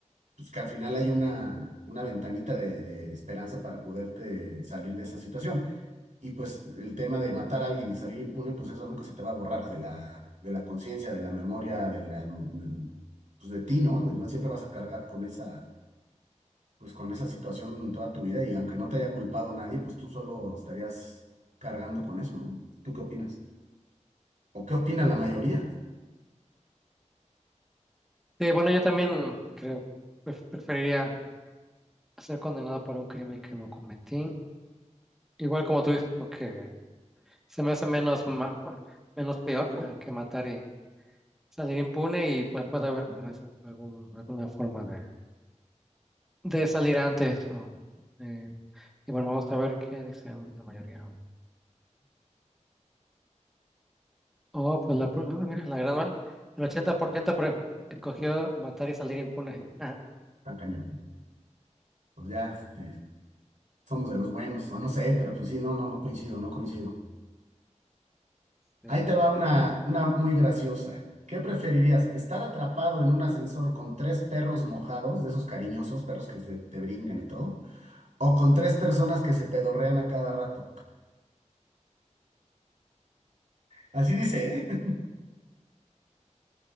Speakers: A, on the right; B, in the centre.
A: pues que al final hay una, una ventanita de, de esperanza para poderte salir de esa situación. Y pues el tema de matar a alguien y salir impune, pues eso nunca se te va a borrar de la, de la conciencia, de la memoria, de la, del- pues de ti, ¿no? Y Siempre vas a cargar con esa pues con esa situación toda tu vida y aunque no te haya culpado nadie, pues tú solo estarías cargando con eso, ¿no? ¿Tú qué opinas? ¿O qué opina la mayoría?
B: Sí, bueno, yo también creo, pref- preferiría ser condenado por un crimen que no cometí. Igual como tú dices, porque se me hace menos, ma- menos peor eh, que matar y salir impune y pues puede haber eh, algún, alguna forma de de salir antes. ¿no? Eh, y bueno, vamos a ver qué dicen la mayoría. Oh, pues la, pro- ah, mira, la gran, ma- el 80% pre- escogió matar y salir impune. <laughs>
A: Tan cañón. Pues ya, este,
B: Ah,
A: somos de los buenos, o no sé, pero pues sí, no, no, no coincido, no coincido.
B: este,
A: Ahí te va una, una muy graciosa. ¿Qué preferirías? ¿Estar atrapado en un ascensor con tres perros mojados, de esos cariñosos perros que se te brincan y todo? ¿O con tres personas que se pedorrean a cada rato? Así dice, ¿eh?